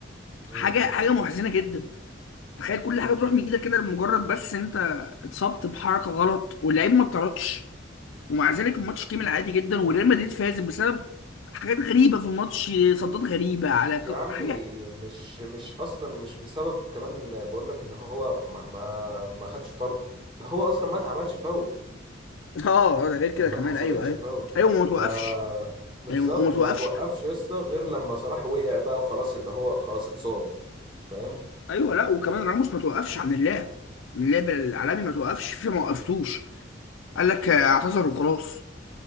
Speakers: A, on the right; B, on the left.
A: مم.
B: حاجه حاجه محزنه جدا تخيل كل حاجه تروح من ايدك كده لمجرد بس انت اتصبت بحركه غلط واللعيب ما اتطردش ومع ذلك الماتش كمل عادي جدا وريال مدريد فاز بسبب حاجات غريبه في الماتش صدات غريبه على ك...
A: يا عمي
B: حاجه
A: مش مش اصلا مش بسبب كمان بقول لك ان هو ما ما ما خدش طرد ده هو اصلا ما اتعملش فاول
B: اه آه، ده غير كده
A: يعني ما
B: كمان
A: اتحسبتش
B: ايوه ايوه
A: فاول
B: ايوه وما توقفش
A: ده بالظبط
B: يعني وما توقفش
A: ما توقفش يسطا غير لما صلاح وقع بقى وخلاص اللي هو خلاص اتصاب فاهم
B: ايوه لا وكمان راموس ما توقفش عن اللعب اللعب العالمي ما توقفش في ما وقفتوش قال لك آه، اعتذر وخلاص